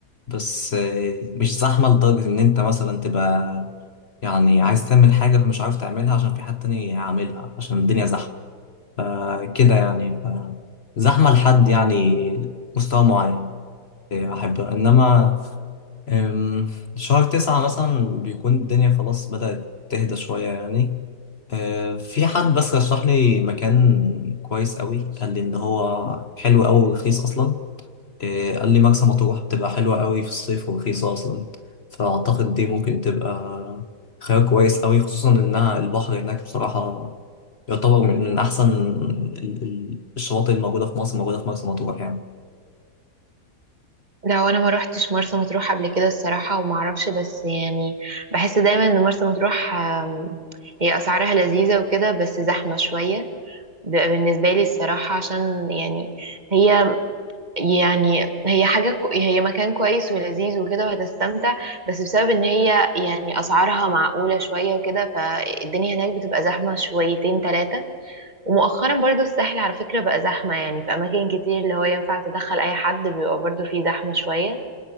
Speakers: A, on the left (about 45°); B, on the right (about 25°).
A: بس آه، مش زحمه لدرجه ان انت مثلا تبقى يعني عايز تعمل حاجه فمش عارف تعملها عشان في حد تاني عاملها عشان الدنيا زحمه آه، كده يعني ف زحمه لحد يعني مستوى معين آه، احبها انما آم، شهر تسعة مثلا بيكون الدنيا خلاص بدأت تهدى شوية يعني آه، في حد بس رشح لي مكان كويس قوي قال لي ان هو حلو قوي ورخيص اصلا آه، قال لي مرسى مطروح بتبقى حلوه قوي في الصيف ورخيصه اصلا فاعتقد دي ممكن تبقى خيار كويس قوي خصوصا انها البحر هناك بصراحه يعتبر من من احسن ال- ال- الشواطئ الموجوده في مصر موجوده في مرسى مطروح يعني
B: لا وانا ما روحتش مرسى مطروح قبل كده الصراحه وما اعرفش بس يعني بحس دايما ان مرسى مطروح آم، هي اسعارها لذيذه وكده بس زحمه شويه بيبقى بالنسبه لي الصراحه عشان يعني هي يعني هي حاجه كو- هي مكان كويس ولذيذ وكده وهتستمتع بس بسبب ان هي يعني اسعارها معقوله شويه وكده فالدنيا هناك بتبقى زحمه شويتين ثلاثه ومؤخرا برضو الساحل على فكره بقى زحمه يعني في اماكن كتير اللي هو ينفع تدخل اي حد بيبقى برضو فيه زحمه شويه